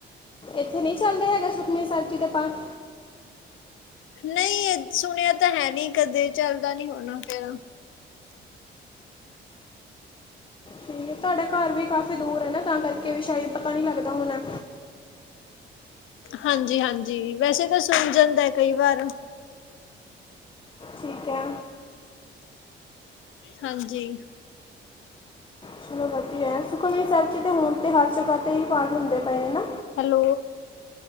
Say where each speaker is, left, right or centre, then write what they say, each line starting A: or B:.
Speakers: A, on the left; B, on the left.
A: ਇੱਥੇ ਨੀ ਚੱਲਦੇ ਹੈਗਾ ਸੁਖਮਨੀ ਸਾਹਿਬ ਜੀ ਦੇ ਪਾਠ?
B: ਨਈ, ਐ ਸੁਣਿਆ ਤਾਂ ਹੈ ਨੀ ਕਦੇ, ਚੱਲਦਾ ਨੀ ਹੋਣਾ ਫਿਰ
A: ਠੀਕ ਏ, ਤੁਆਡਾ ਘਰ ਵੀ ਕਾਫ਼ੀ ਦੂਰ ਐ ਨਾ ਤਾਂ ਕਰਕੇ ਵੀ ਸ਼ਾਇਦ ਪਤਾ ਨੀ ਲੱਗਦਾ ਹੋਨਾ।
B: ਹਾਂਜੀ-ਹਾਂਜੀ ਵੈਸੇ ਤਾਂ ਸੁਣ ਜਾਂਦੈ ਕਈ ਵਾਰ।
A: ਠੀਕ ਐ।
B: ਹਾਂਜੀ।
A: ਚਲੋ ਵਧੀਐ। ਸੁਖਮਨੀ ਸੈਬ ਜੀ ਦੇ ਹੁਣ ਤੇ ਹਰ ਜਗ੍ਹਾ ਤੇ ਹੀ ਪਾਠ ਹੁੰਦੇ ਪਏ ਨੇ ਨਾ?
B: ਹੈਲੋ।